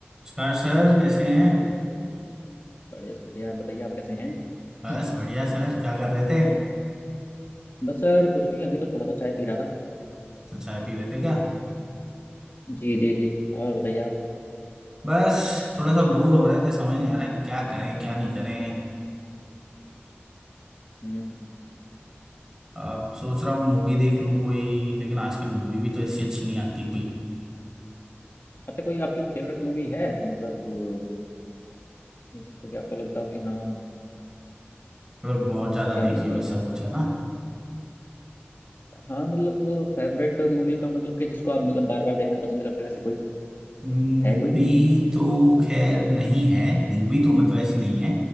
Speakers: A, on the right; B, on the left.
A: नमस्कार सर कैसे हैं
B: Hello sir बढ़िया sir बढ़िया बताइए आप कैसे हैं
A: बस
B: <clears throat>
A: बढ़िया सर क्या कर रहे थे
B: बस सर कुछ नहीं अभी तो थोड़ा सा चाय पी रहा था
A: तो चाय पी रहे थे क्या
B: जी जी जी और बताइए आप
A: बस थोड़ा सा बोर हो रहे थे समझ नहीं आ रहा है क्या करें क्या नहीं करें
B: हम्म
A: अब सोच रहा हूँ मूवी देख लूँ कोई लेकिन आजकल मूवी भी तो ऐसी अच्छी नहीं आती कोई
B: अच्छा कोई आपकी फेवरेट मूवी है मतलब वो, जिसको कि आपको लगता हो कि हाँ
A: मतलब बहुत ज़्यादा
B: क्या
A: देखी
B: बोलते
A: वैसा
B: हैं
A: कुछ है ना
B: हाँ मतलब वो फेवरेट मूवी का मतलब कि जिसको आप मतलब बार बार देखना पसंद करते हो ऐसी कोई
A: हम्म,
B: है
A: मूवी
B: कोई
A: तो खैर नहीं है मूवी तो मतलब ऐसी नहीं है